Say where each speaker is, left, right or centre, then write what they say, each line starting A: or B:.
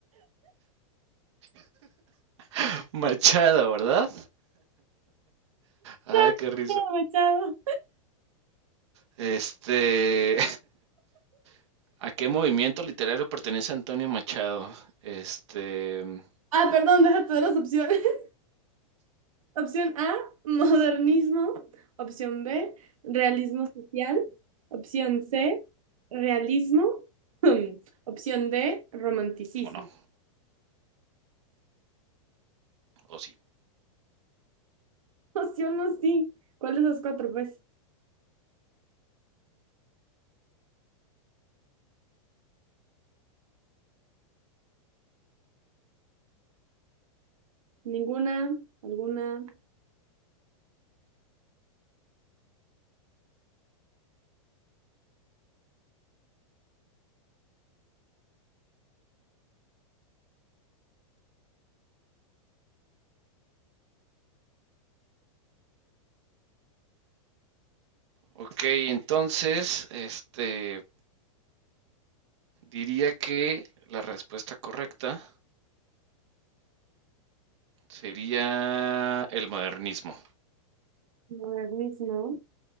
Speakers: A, on the right (about 55°); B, on the right (about 80°).
A: <laughs> Machado, ¿verdad? Ay,
B: Machado,
A: qué risa.
B: Machado.
A: Este, <laughs> ¿a qué movimiento literario pertenece Antonio Machado? Este,
B: Ah, perdón, deja todas las opciones. <laughs> Opción A, modernismo. Opción B, realismo social. Opción C, realismo. <laughs> Opción D, romanticismo.
A: o no, o sí.
B: <laughs> Opción no, sí. ¿Cuál de esas cuatro? Pues ninguna, alguna,
A: Ok, entonces, este, diría que la respuesta correcta sería el modernismo.
B: modernismo.